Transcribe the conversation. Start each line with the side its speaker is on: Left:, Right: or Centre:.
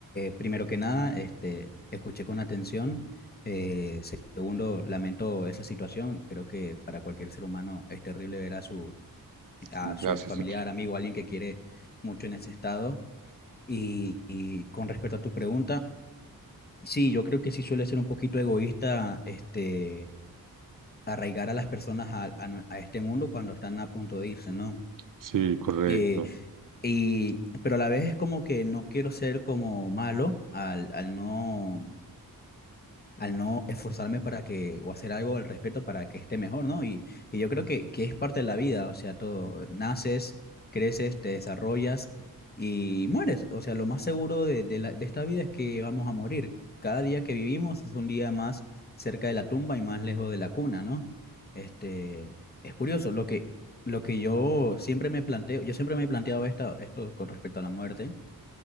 Left: primero que nada, este, escuché con atención. Eh, segundo, lamento esa situación. Creo que para cualquier ser humano es terrible ver a su, a
Right: Gracias.
Left: su familiar,
Right: Ángel.
Left: amigo, alguien que quiere mucho en ese estado. Y, y con respecto a tu pregunta, sí, yo creo que sí suele ser un poquito egoísta, este, arraigar a las personas a, a nue- a este mundo cuando están a punto de irse, ¿no?
Right: Sí, correcto.
Left: Eh, Y, pero a la vez es como que no quiero ser como malo al, al no, al no esforzarme para que, o hacer algo al respecto para que esté mejor, ¿no? Y, y yo creo que, que es parte de la vida, o sea, todo, naces, creces, te desarrollas y mueres, o sea, lo más seguro de, de la- de esta vida es que vamos a morir. Cada día que vivimos es un día más cerca de la tumba y más lejos de la cuna, ¿no? Este, es curioso, lo que, lo que yo siempre me planteo, yo siempre me he planteado esto, esto con respecto a la muerte